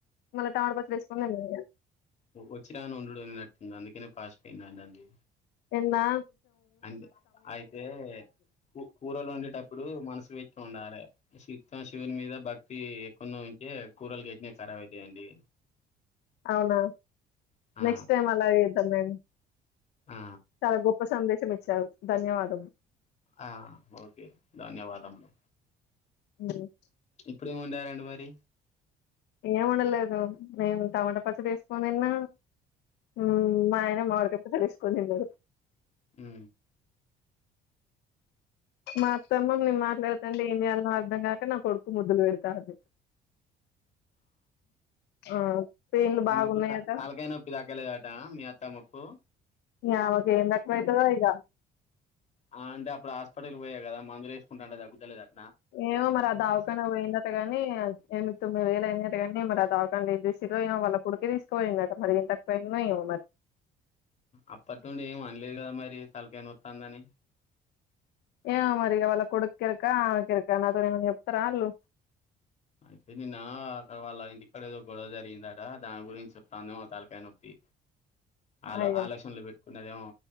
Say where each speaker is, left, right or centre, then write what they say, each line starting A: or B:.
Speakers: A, on the left; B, on the left.
A: మలా టమాట పచ్చడి వేసుకొని తిన్న
B: ఓ వోచ్చినాను ఉండుడు అని నట్టుంది అందుకేనే పాస్పెనానండి
A: ఎన్నా
B: అంటె అయితే కూ కూరలోన్డేటప్పుడు మనసు పెట్టీ ఉండాలే. సిత్తం శివుని మీద భక్తి ఎక్డనో ఉంటే కూరలు గిట్నే కాబైతయండి.
A: అవునా
B: ఆ
A: నెక్స్ట్ టైమ్ అలాగే సమాండ్
B: ఆ
A: చాలా గొప్ప సందేశం ఇచ్చారు ధన్యవాద్
B: ఆ ఓకే ధన్యవాదములు
A: హ్మ్.
B: ఇప్పుడేమోండారండి మరి
A: ఏంవండలేదు లేదు నేన్ టమాటా పచ్చ పచ్చడేస్కోన్ దిన్న మ్ మా ఆయన మడికాయ్ పచ్చడేస్ కోన్ దిన్నడు
B: హు
A: మాత్తమ్మ మేం మాట్లాడతాంటె ఏం చేయాలలో అర్ధం గాక నా కొడుకు ముద్దులు పెడతంది అ ఆ పెయిన్లు
B: మీందుకు
A: బాగున్నాయట
B: త తాలకాయ నొప్పి తాగ్గలేదట మీ అత్తమొక్ కు
A: యామకేం దాక్కువైతదో ఇగా
B: అల అంటే అప్పుడు హాస్పిటల్ పోయా గదా మందులేసుకుంటాంటే తగ్గుతులేదట్
A: ఏమో మరి ఆ దావకన పోయిందటగాని ఎనిమిది, తొమ్మిది వేలయిదట గాని మద దవాకాన్లో ఏం జెస్సిరో వాళ్ళ కొడుకే తీసుకభోండట మరి ఎంతక్కువైనో ఏమో మరి
B: అప్పట్నుంటి ఏం అనలేద్ గదా మార్ ది తల్కైనోత్తందని
A: ఏమో మరి ఇగ వాళ్ళ కొడుక్కెరక ఆమెక్కెరక నాతోనేమన్నా జేప్తారా ఆళ్ళు
B: అయితే నిన్న అక్కడ వాళ్ళ ఇంటి కాడ ఏదో గొడవ జరిగిందట. దాని గురించ్చొతందేమో తాలకాయ్ నొప్పి ఆలో
A: అయ్యో
B: ఆలోశన్లు బెట్ ఉన్నదేమో